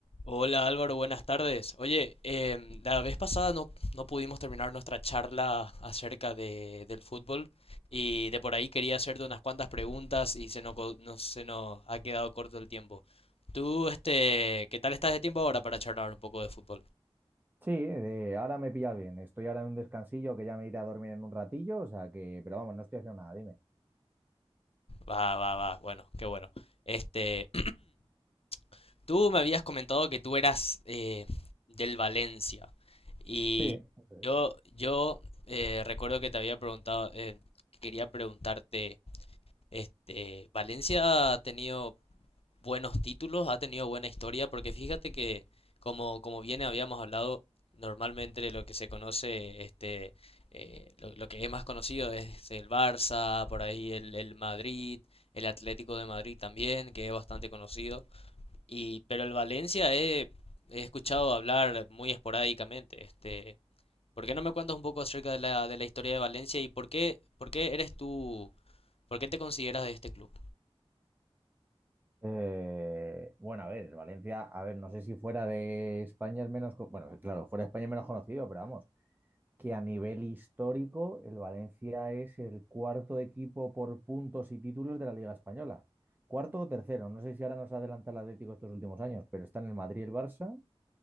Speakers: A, on the left; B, on the right.
A: Hola Álvaro, buenas tardes. Oye, em, la vez pasada no, no pudimos terminar nuestra charla acerca de, del fútbol y de por ahí quería hacerte unas cuantas preguntas y se nos, co- no- se nos ha quedado corto el tiempo. Tú, este, ¿qué tal estás de tiempo ahora para charlar un poco de fútbol?
B: Sí, eh, ahora me pillas bien. Estoy ahora en un descansillo que ya me iré a dormir en un ratillo, o sea que, pero vamos, no estoy haciendo nada, dime.
A: Va, va, va, bueno, qué bueno. Este, <clears throat> tú me habías comentado que tú eras eh, del Valencia y
B: Sí. Eso
A: yo,
B: es.
A: yo eh, recuerdo que te había preguntado, eh, quería preguntarte... Este, Valencia ha tenido buenos títulos, ha tenido buena historia, porque fíjate que, como, como bien habíamos hablado, normalmente de lo que se conoce, este, eh, lo, lo que es más conocido es el Barça, por ahí el, el Madrid, el Atlético de Madrid también, que es bastante conocido. Y, pero el Valencia he, he escuchado hablar muy esporádicamente. Este, ¿por qué no me cuentas un poco acerca de la, de la historia de Valencia y por qué, por qué eres tú, por qué te consideras de este club?
B: Eh, bueno, a ver, el Valencia, a ver, no sé si fuera de España es menos, co- bueno, claro, fuera de España es menos conocido, pero vamos, que a nivel histórico el Valencia es el cuarto equipo por puntos y títulos de la Liga Española. Cuarto o tercero, no sé si ahora nos adelanta el Atlético estos últimos años, pero están el Madrid y el Barça